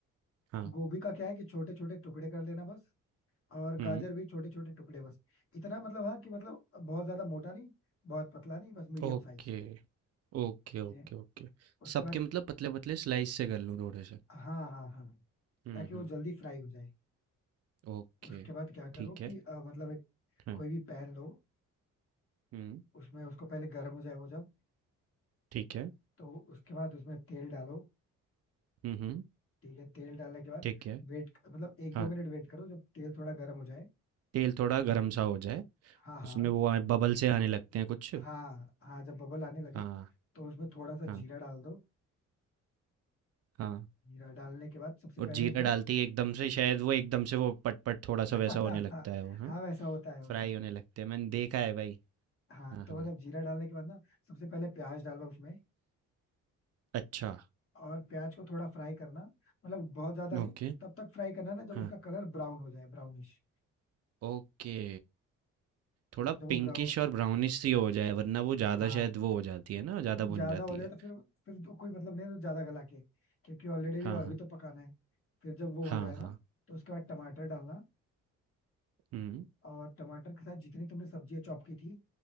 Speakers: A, on the right; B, on the left.
A: हाँ
B: गोभी का क्या है कि छोटे छोटे टुकड़े कर लेना बस और गाजर
A: हम्म
B: भी छोटे छोटे टुकड़े बस इतना मतलब हाँ कि मतलब बहुत ज्यादा मोटा नहीं बहुत पतला नहीं बस मीडियम
A: Okay
B: साइज
A: okay
B: ठीक
A: okay
B: है
A: ओके
B: उसके
A: सबके
B: बाद
A: मतलब पतले पतले स्लाइस से कर लूँ थोड़े से
B: हाँ हाँ हाँ
A: हम्म
B: ताकि
A: हम्म
B: वो जल्दी फ्राई हो जाए
A: ओके
B: उसके बाद क्या करो
A: ठीक है
B: कि अ, मतलब एक
A: हाँ
B: कोई भी पैन लो
A: हम्म
B: उसमें उसको पहले गर्म हो जाए वो जब
A: ठीक है
B: तो उसके बाद उसमें तेल डालो
A: हम्म हम्म
B: ठीक है तेल डालने के बाद
A: ठीक है
B: वेट मतलब एक दो
A: हाँ
B: मिनट वेट करो जब तेल थोड़ा गर्म हो जाए
A: तेल थोड़ा गर्म सा हो जाए
B: हाँ
A: उसमें
B: हाँ
A: वो आए बबल से आने लगते हैं कुछ
B: हाँ हाँ जब बबल आने लगे
A: हाँ
B: तो उसमें थोड़ा सा
A: हाँ
B: जीरा डाल दो
A: हाँ
B: जीरा डालने के बाद सबसे
A: और
B: पहले
A: जीरा
B: उसमें
A: डालती है एकदम से शायद वो एकदम से वो पटपट थोड़ा
B: <laughs>
A: सा वैसा होने लगता है वो हाँ
B: हाँ वैसा होता है होता
A: फ्राई
B: है
A: होने लगते हैं मैंने देखा है भाई
B: हाँ
A: हाँ
B: तो
A: हाँ
B: मतलब जीरा डालने के बाद ना सबसे पहले प्याज डालना उसमें
A: अच्छा
B: और प्याज को थोड़ा फ्राई करना मतलब बहुत ज्यादा नहीं
A: ओके
B: तब तक फ्राई करना ना जब
A: हाँ
B: उसका कलर ब्राउन हो जाए ब्राउनिश
A: ओके थोड़ा
B: जब वो
A: पिंकिश
B: ब्राउन
A: और ब्राउनिश सी हो जाए वरना वो ज़्यादा
B: हाँ
A: शायद वो हो जाती है ना ज़्यादा
B: नहीं, ज्यादा
A: भुन जाती
B: हो जाए
A: है
B: तो फिर फिर तो कोई मतलब नहीं है तो ज्यादा गला के क्योंकि ऑलरेडी भी
A: हाँ
B: और
A: हाँ
B: भी तो पकाना है फिर जब वो हो
A: हाँ
B: जाए ना
A: हाँ
B: तो उसके बाद टमाटर डालना
A: हम्म
B: और टमाटर के साथ जितनी तुमने सब्जियां चॉप की थी